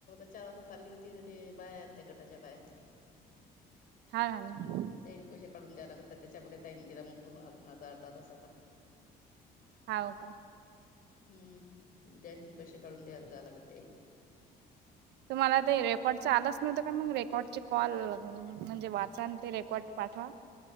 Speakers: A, on the left; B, on the right.
A: चार वाजता चालली होती तर ते बाया आलत्या गटाच्या बाया
B: हा ना
A: त्याजे पैसे काढून द्याय लागत त्याच्यामध्ये टाईम गेला मग माझा अर्धा तास आता
B: <unintelligible>
A: हम्म, उद्या घेऊन पैसे काढून द्यायला जायला लागतय.
B: तुम्हाला ते रेकॉर्ड च, आलाच नव्हतं का? मग रेकॉर्डचे कॉल, म्हणजे वाचा ते रेकॉर् पाठवा.